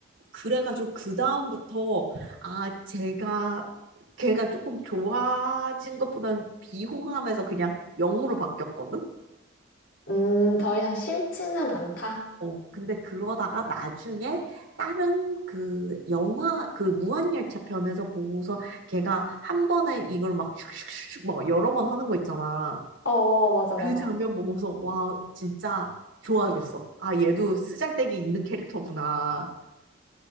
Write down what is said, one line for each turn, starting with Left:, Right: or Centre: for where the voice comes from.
Right: 그래가지고 그다음부터 아 제가 걔가 조금 좋아진 것보다는 비호감에서 그냥 영으로 바뀌었거든?
Left: 음, 더 이상 싫지는 않다.
Right: 어, 근데 그러다가 나중에 다른 그 영화, 그 무한열차 편에서 보고서 걔가 한 번에 이걸 막 슉슉슉슉 막 여러 번 하는 거 있잖아.
Left: 어, 맞아,
Right: 그
Left: 맞아.
Right: 장면 보고서 와, 진짜 좋아졌어. 아, 얘도 쓰잘데기 있는 캐릭터구나.